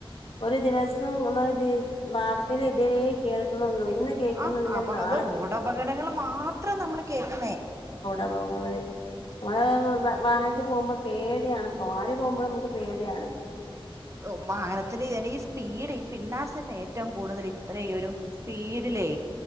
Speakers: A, on the left; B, on the right.
A: ഒരു ദിവസം <unintelligible> വാർത്തേല് ഇതേ കേൾക്ക്ണൊള്ളൂ ഇന്ന് കേൾക്കുന്നില്ല
B: ആഹ് ആഹ് അപ്പ
A: നാളെ
B: അത് റോഡ്
A: കേൾക്കാം
B: അപകടങ്ങള് മാത്ര നമ്മള് കേക്ക് ന്നേ.
A: അപകങ്ങള് നമ്മ വ വാഹനത്തി പോവുമ്പോ പേട്യാണ് പോവാൻ ആര് പോവുമ്പോളും നമുക്ക് പേട്യായാണ്.
B: ഉം വാഹന അതില് ഈ സ്പീഡ് ഈ പിള്ളേർകൊക്കെ ഏറ്റവും കൂടുതൽ ഇത്ര ഒരു സ്പീഡിലേ